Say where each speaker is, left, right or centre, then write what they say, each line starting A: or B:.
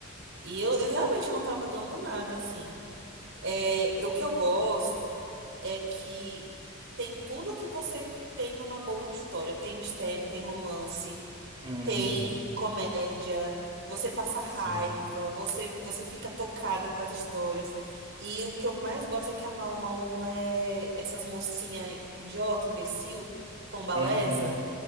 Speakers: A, on the right; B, on the right.
A: E eu eu realmente não tava dando nada, assim. É, o que eu gosto é que tem tudo que você tem numa boa história. Tem mistério, tem romance,
B: Uhum.
A: tem comédia, você passa raiva,
B: Sim.
A: você, você fica tocada com as histórias. E o que eu mais gosto é que a Mau Mau não é essas mocinhas idiota, imbecil, pombalesa
B: Uhum.